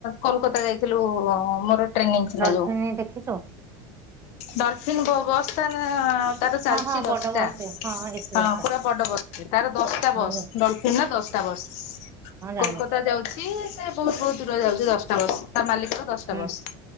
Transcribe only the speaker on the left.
କୋଲକାତା ଯାଇଥିଲୁ ମୋର ଟ୍ରେନିଂ ଥିଲା
ଯୋଉ।
ଡଲଫିନ ବ ବସ ଟା ଯା ତାର ଚାଲିଛି
ଦଶଟା
ହଁ
ପୁରା ବଡ ବସ ଟେ ତାର ଦଶଟା
ବସ୍
ଡଲ ଫିନ ର ଦଶଟା ବସ
କୋଲକାତା ଯାଉଛି ବହୁତ ବହୁତ ଦୂର ଯାଉଛି ଦଶଟା ବସ୍ ତା ମାଲିକ ର ଦଶଟା
ବସ